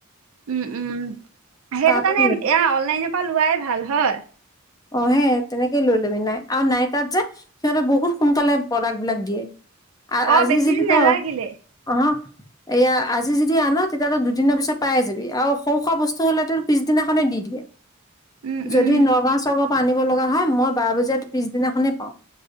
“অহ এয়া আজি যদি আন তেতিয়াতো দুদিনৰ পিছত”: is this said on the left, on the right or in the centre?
Left